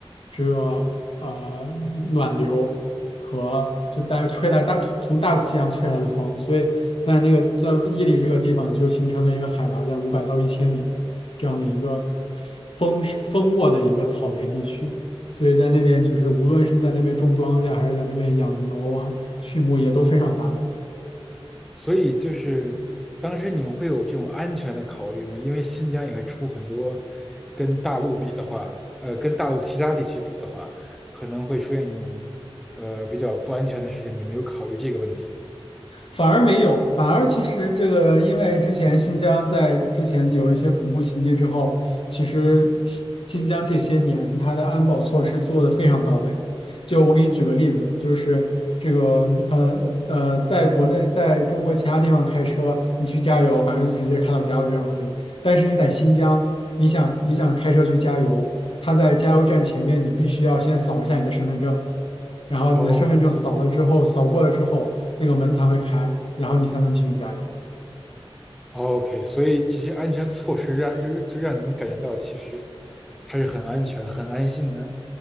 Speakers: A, on the left; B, in the centre.
A: 这个呃暖流和就大家吹来大从大西洋吹来的风，所以在那个在伊犁这个地方就形成了一个海拔在五百到一千米的。这样的一个丰盛丰沃的一个草原地区。所以在那边就是无论是在那边种庄稼，还是在那边养牛啊、畜牧业都非常发达。
B: 所以就是当时你们会有这种安全的考虑吗？因为新疆也会出很多跟大陆比的话，呃，跟大陆其他地区比的话，可能会出现这种呃比较不安全的事情。你们有考虑这个问题吗
A: 反而没有，反而其实这个，因为之前新疆在之前有一些恐怖袭击之后，其实新新疆这些年它的安保措施做得非常到位。就我给你举个例子，就是这个你可能呃，在国内，在中国其他地方开车，你去加油，反正就直接开到加油站就可以。但是你在新疆，你想你想开车去加油，他在加油站前面，你必须要先扫一下你的身份证。然后你的身份证扫了之后，
B: 哦
A: 扫过了之后，那个门才会开，然后你才能继续加油。
B: 哦，OK，所以这些安全措施让就是就让你们感觉到其实它是很安全、很安心的，